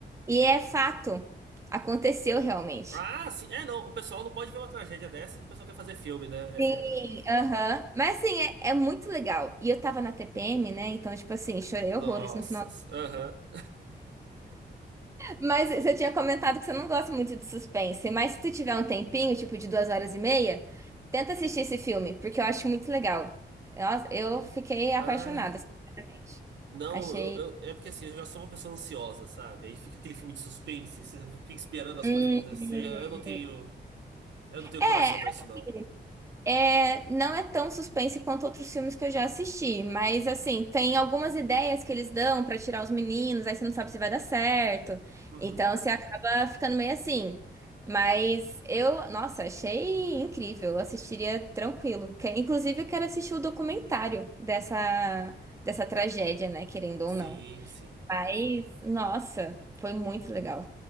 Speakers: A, on the right; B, on the right.
A: e é fato, aconteceu realmente.
B: Ah, sim. É, não. O pessoal não pode ver uma tragédia dessa que o pessoal quer fazer filme, né?
A: Sim,
B: É...
A: aham. Mas assim, é, é muito legal. E eu tava na TPM, né? Então, tipo assim, chorei
B: Nossa.
A: horrores no final.
B: Aham.
A: Mas você tinha comentado que você não gosta muito de suspense. Mas se tu tiver um tempinho, tipo de duas horas e meia, tenta assistir esse filme, porque eu acho muito legal. Nossa, eu fiquei
B: Ai,
A: apaixonada, sinceramente.
B: não,
A: Achei.
B: eu, eu- é porque assim, eu já sou uma pessoa ansiosa, sabe? Aí fica aquele filme de suspense, você fica esperando as
A: Hum.
B: coisas acontecer.
A: hum.
B: Eu não tenho, eu não tenho
A: É,
B: coração
A: assim,
B: pra isso, não.
A: É, não é tão suspense quanto outros filmes que eu já assisti, mas assim, tem algumas ideias que eles dão pra tirar os meninos, aí você não sabe se vai dar certo.
B: Uhum.
A: Então você acaba ficando meio assim. Mas eu, nossa, achei incrível, eu assistiria tranquilo. Que- Inclusive, eu quero assistir o documentário dessa, dessa tragédia, né? Querendo ou
B: Sim,
A: não.
B: sim.
A: Mas, nossa, foi muito legal.